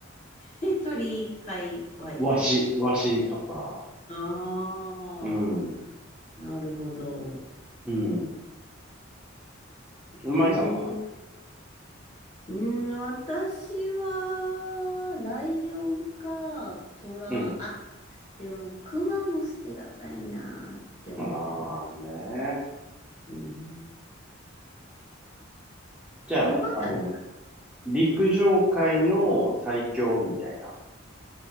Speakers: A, on the left; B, in the centre.
A: え、鳥界隈で
B: ワシ、ワシとか。
A: ああ、
B: うん。
A: なるほど。
B: うん。マイさんは
A: 鳥うん、私は、ライオンか、トラ、
B: うん。
A: あ、でも、クマも捨てがたいなって思ってました。
B: ああね。
A: うん。
B: じゃあ、
A: クマかな
B: あの陸上界の最強みたいな。